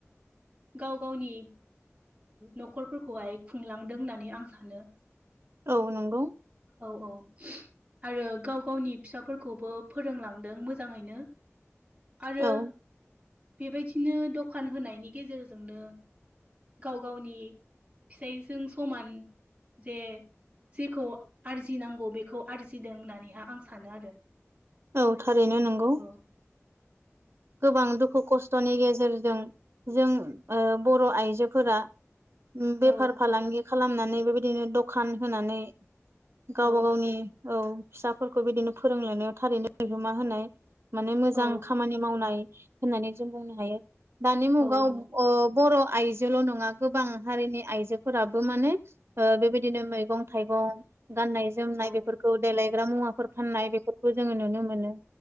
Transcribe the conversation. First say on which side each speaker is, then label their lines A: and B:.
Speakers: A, on the right (about 25°); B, on the right (about 55°).
A: गाव गावनि न'खरफोरखौहाय खुंलांदों होननानै आं सानो
B: औ नंगौ
A: औ औ आरो गाव गावनि फिसाफोरखौबो फोरोंलांदों मोजाङैनो आरो
B: औ
A: बेबायदिनो दखान होनायनि गेजेरजोंनो गाव गावनि फिसायजों समान जे जेखौ आरजिनांगौ बेखौ आरजिदों होननानै हाय आं सानो आरो
B: औ थारैनो नंगौ
A: औ
B: गोबां दुखु खस्थ'नि गेजेरजों जों बर' आइजोफोरा बेफार
A: औ
B: फालांगि खालामनानै बेबायदिनो दखान होनानै गावबा
A: औ
B: गावनि औ फिसाफोरखौ बिदिनो फोरोंलायनायाव थारैनो बिहोमा होनाय माने मोजां
A: औ
B: खामानि मावनाय होननानै जों बुंनो हायो दानि मुगाव
A: औ
B: अ बर' आयजोल' नङा गोबां हारिनि आइजोफोराबो माने बेबायदिनो मैगं थाइगं गाननाय जोमनाय
A: औ
B: बेफोरखौ देलायग्रा मुवाफोर फाननाय बेफोरखौ जोङो नुनो मोनो